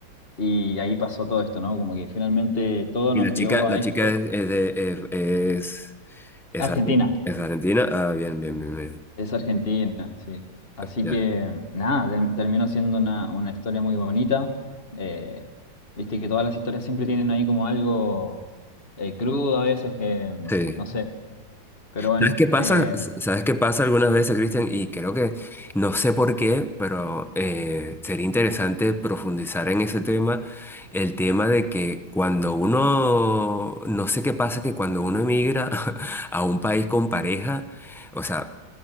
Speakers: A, on the left; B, in the centre.
A: y ahí pasó todo esto, ¿no? Como que finalmente todo
B: Y
A: nos
B: la chica,
A: llevó a
B: la
A: esto.
B: chica es, es, de- es, es,
A: Argentina.
B: es argentina. Ah, bien, bien, bien, bien.
A: Es Argentina, sí. Así
B: Ya.
A: que nada, ter- terminó siendo una, una historia muy bonita. Eh, viste que todas las historias siempre tienen ahí como algo eh, crudo a veces, que
B: Sí.
A: no sé, pero bueno,
B: ¿Sabes qué pasa?
A: eh,
B: ¿Sabes qué pasa algunas veces, Cristian? Y creo que, no sé por qué, pero eh, sería interesante profundizar en ese tema, el tema de que cuando uno, no sé qué pasa, que cuando uno emigra <laughs> a un país con pareja, o sea,